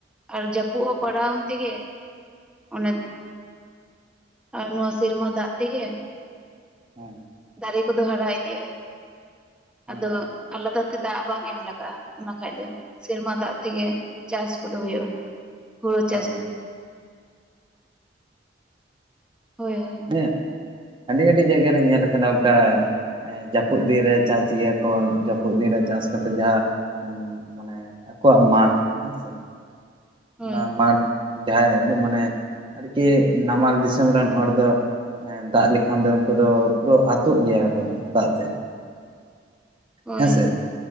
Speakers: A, in the centre; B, on the right.
A: ᱟᱨ ᱡᱟᱹᱯᱩᱫ ᱦᱚᱸ ᱯᱟᱲᱟᱣᱟᱜ ᱟ ᱩᱱ ᱛᱮᱜᱮ ᱚᱱᱮ ᱟᱨ ᱱᱚᱣᱟ ᱥᱮᱨᱢᱟ ᱫᱟᱜ ᱛᱮᱜᱮ
B: ᱦᱮᱸ
A: ᱫᱟᱨᱮ ᱠᱚᱫᱚ ᱦᱟᱨᱟ ᱤᱫᱤᱜᱼᱟ
B: ᱦᱮᱸ
A: ᱟᱫᱚ ᱟᱞᱟᱫᱟ ᱛᱮ ᱫᱟᱜ ᱵᱟᱝ ᱮᱢ ᱞᱟᱜᱟᱜᱼᱟ ᱚᱱᱟ ᱠᱷᱟᱱ ᱫᱚ ᱥᱮᱨᱢᱟ ᱫᱟᱜ ᱛᱮᱜᱮ ᱪᱟᱥ ᱠᱚᱫᱚ ᱦᱩᱭᱩᱜᱼᱟ ᱦᱩᱲᱩ
B: ᱦᱳᱭ
A: ᱪᱟᱥ ᱫᱚ᱾ ᱦᱳᱭ ᱦᱳᱭ
B: ᱦᱮᱸ ᱟᱹᱰᱤ ᱟᱹᱰᱤ ᱡᱟᱭᱜᱟ ᱨᱮ ᱧᱮᱞ ᱟᱠᱟᱱᱟ ᱚᱱᱠᱟ ᱡᱟᱹᱯᱩᱫ ᱫᱤᱱᱨᱮ ᱪᱟᱥ ᱜᱮᱭᱟ ᱠᱚ ᱡᱟᱹᱯᱩᱫ ᱫᱤᱱ ᱨᱮ ᱪᱟᱥ ᱠᱟᱛᱮᱜ ᱡᱟᱦᱟᱸ ᱢᱟᱱᱮ ᱟᱠᱚᱣᱟᱜ ᱢᱟᱴᱷ ᱦᱮᱸᱥᱮ
A: ᱦᱳᱭ
B: ᱚᱱᱟ ᱢᱟᱴᱷ ᱡᱟᱦᱟᱸᱭ ᱫᱚ ᱢᱟᱱᱮ ᱟᱨᱠᱤ ᱱᱟᱢᱟᱞ ᱫᱤᱥᱚᱢ ᱨᱮᱱ ᱦᱚᱲ ᱫᱚ ᱫᱟᱜ ᱞᱮᱠᱷᱟᱱ ᱫᱚ ᱩᱱᱠᱩ ᱫᱚ ᱯᱩᱨᱟᱹ ᱟᱹᱛᱩᱜ ᱜᱮᱭᱟ ᱛᱚ ᱫᱟᱜ ᱛᱮ
A: ᱦᱳᱭ
B: ᱦᱮᱸ ᱥᱮ